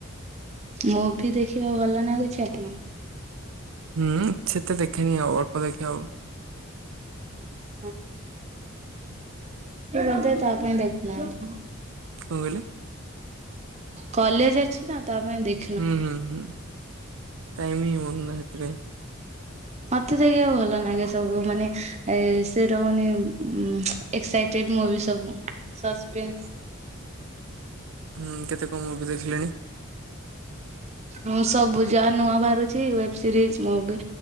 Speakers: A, on the right (about 30°); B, on the right (about 75°).
A: ମୁଭି ଦେଖିବାକୁ ଭଲ ନାଗୁଚି ଆପଣଙ୍କୁ?
B: ହୁଁ ସେତେ ଦେଖେନି ଆଉ ଅଳ୍ପ ଦେଖେ ଆଉ।
A: <unintelligible> ବଧେ ତା ପାଇଁ ଦେଖୁନାହାନ୍ତି।
B: କଣ୍ କହିଲେ?
A: କଲେଜ୍ ଅଛି ନା ତା ପାଇଁ ଦେଖ୍
B: ହୁଁ- ହୁଁ -ହୁଁ ଟାଇମ୍ ହିଁ ହଉନି ନା ହେତିପାଇଁ।
A: ମତେ <unintelligible> ଭଲ ଲାଗେ ସବୁ ମାନେ ଏ ସେ ରହୁନି ଉଁ ଏକ୍ସାଇଟେଡ୍ ମୁଭି ସବୁ ସସ୍ପେନ୍ସ୍
B: ଉଁ- କେତେ କଣ ମୁଭି ଦେଖିଲେଣି?
A: ମୁଁ ସବୁ ଯାହା ନୂଆ ବାହାରୁଚି ୱେବ୍ ସିରିଜ୍ ମୁଭି